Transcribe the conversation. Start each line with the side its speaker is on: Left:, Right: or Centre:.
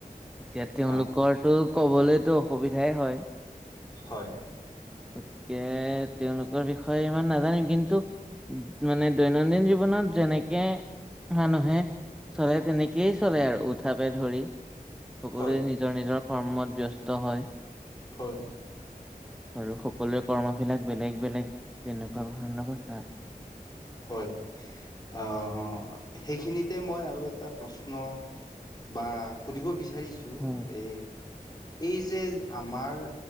Centre: এতিয়া তেওঁলোকৰটো
Left: অ
Centre: কবলৈতো অসুবিধাই হয়
Left: হয়
Centre: গতিকে তেওঁলোকৰ বিষয়ে ইমান নাজানিম কিন্তু মানে দৈনন্দিন জীৱনত যেনেকে মানুহে চলে তেনেকেই চলে আৰু উঠাপে ধৰি সকলোৱে
Left: হয়
Centre: নিজৰ নিজৰ কৰ্মত ব্যস্ত হয়
Left: হয়
Centre: আৰু সকলোৰে কৰ্মবিলাক বেলেগ বেলেগ <unintelligible>
Left: হয় আহ সেইখিনিতে মই আৰু এটা প্ৰশ্ন প্ৰশ্ন বা সুধিব বিচাৰিছো
Centre: হয়,
Left: এই এই যে আমাৰ